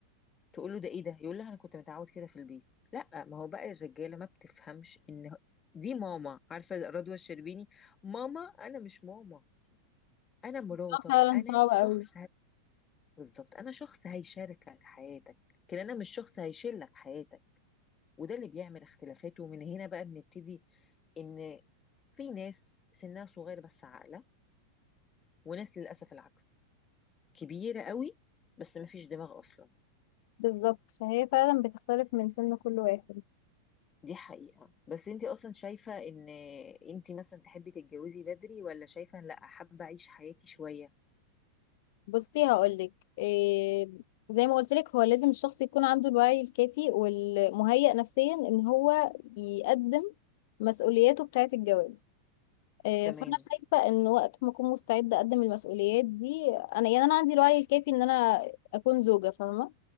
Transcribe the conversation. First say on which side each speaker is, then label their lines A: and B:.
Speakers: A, on the left; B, on the left.
A: تقول له ده ايه ده يقول لها انا كنت متعود كده في البيت لا ما هو بقى الرجاله ما بتفهمش ان دي ماما عارفه رضوى الشربيني ماما انا مش ماما انا مراتك
B: آه، فعلا
A: انا
B: صعبة
A: شخص
B: أوي
A: بالظبط انا شخص هيشارك لك حياتك لكن انا مش شخص هيشيل لك حياتك وده اللي بيعمل اختلافات ومن هنا بقى بنبتدي ان في ناس سنها صغير بس عاقله وناس للاسف العكس كبيره قوي بس ما فيش دماغ اصلا
B: بالظبط فهي فعلا بتختلف من سن كل واحد
A: دي حقيقه بس انت اصلا شايفه ان انت مثلا تحبي تتجوزي بدري ولا شايفه إن لا حابه اعيش حياتي شويه
B: بصي هقولك إيه زي ما قلت لك هو لازم الشخص يكون عنده الوعي الكافي والمهيأ نفسيا ان هو يقدم مسؤولياته بتاعة الجواز إيه
A: تمام
B: فانا شايفة ان وقت ما اكون مستعدة اقدم المسؤوليات دي انا يعني انا عندي الوعي الكافي ان انا اكون زوجة فاهمة